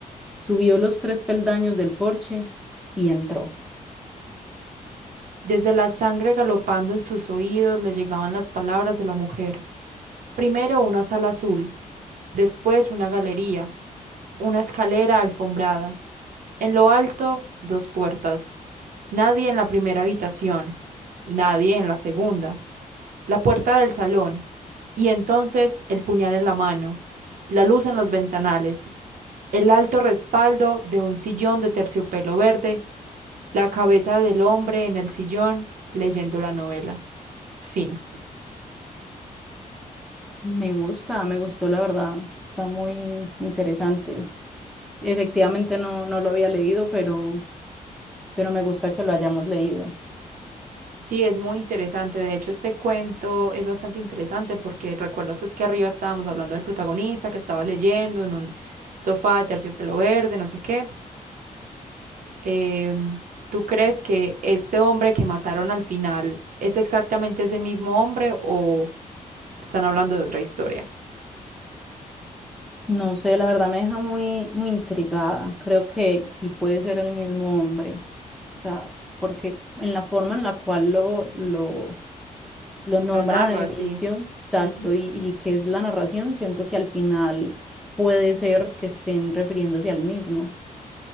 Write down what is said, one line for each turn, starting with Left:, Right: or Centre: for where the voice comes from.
Centre: Subió los tres peldaños del porche y entró.
Right: Desde la sangre galopando en sus oídos le llegaban las palabras de la mujer. Primero una sala azul, después una galería, una escalera alfombrada. En lo alto, dos puertas. Nadie en la primera habitación, nadie en la segunda la puerta del salón, y entonces el puñal en la mano, la luz en los ventanales, el alto respaldo de un sillón de terciopelo verde, la cabeza del hombre en el sillón leyendo la novela. Fin.
Centre: Me gusta, me gustó la verdad. Está muy interesante. Efectivamente no, no lo había leído, pero, pero me gusta que lo hayamos leído.
Right: Sí, es muy interesante. De hecho, este cuento es bastante interesante porque recuerdas pues que arriba estábamos hablando del protagonista que estaba leyendo en un sofá de terciopelo verde, no sé qué. em, ¿tú crees que este hombre que mataron al final es exactamente ese mismo hombre o están hablando de otra historia?
Centre: No sé, la verdad me deja muy, muy intrigada. Creo que sí puede ser el mismo hombre. O sea, porque en la forma en la cual lo, lo, lo nombran
Right: Lo narra,
Centre: al inicio,
Right: sí.
Centre: exacto,
Right: Ujú.
Centre: y, y que es la narración, siento que al final puede ser que estén refiriéndose al mismo.